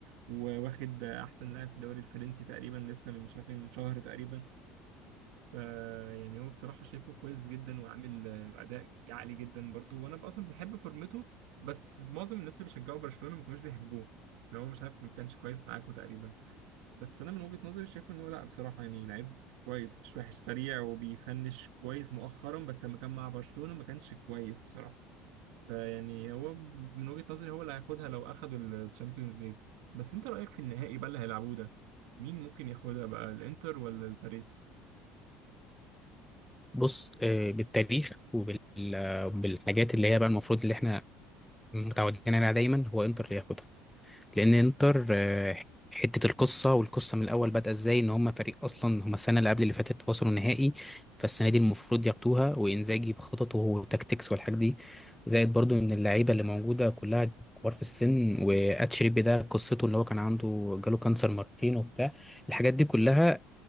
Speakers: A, on the right (about 80°); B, in the centre.
A: وواخد أحسن لاعب في الدوري الفرنسي تقريبا لسه من شاف من شهر تقريبا فيعني هو بصراحة شايفه كويس جدا وعامل آه، أداء عالي جدا برضه وأنا بقى أصلا بحب فورمته بس معظم الناس اللي بيشجعوا برشلونة ما كانوش بيحبوه إن هو مش عارف ما كانش كويس معاكوا تقريبا بس أنا من وجهة نظري شايفه إن هو لأ بصراحة يعني لعيب كويس مش وحش سريع وبيفنش كويس مؤخرا بس لما كان مع برشلونة ما كانش كويس بصراحة فيعني هو من وجهة نظري هو اللي هياخدها لو أخدوا الشامبيونز ليج بس أنت رأيك في النهائي بقى اللي هيلعبوه ده مين ممكن ياخدها بقى الإنتر ولا الباريس؟
B: بص آه، بالتاريخ وبالحاجات اللي هي بقى المفروض اللي احنا متعودين عليها دايما هو انتر اللي ياخدها لان انتر آه، حته القصه والقصه من الاول بدأ ازاي ان هم فريق اصلا هم السنه اللي قبل اللي فاتت وصلوا نهائي فالسنه دي المفروض ياخدوها وانزاجي بخططه وتكتيكس والحاجات دي زائد برضو ان اللعيبه اللي موجوده كلها كبار في السن واتشيربي ده قصته اللي هو كان عنده جاله كانسر مرتين وبتاع الحاجات دي كلها